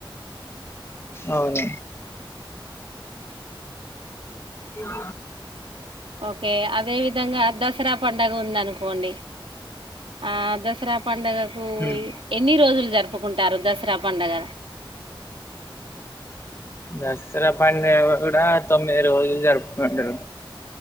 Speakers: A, on the left; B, on the right.
A: అవును ఆ
B: ఓకే అదే విధంగా దసరా పండగ ఉందనుకోండి ఆ దసరా పండగకు
A: ఉమ్.
B: ఎన్ని రోజులు జరుపుకుంటారు దసరా పండగ
A: దసరా పండగ కూడా తొమ్మిది రోజులు జరుపుంటారు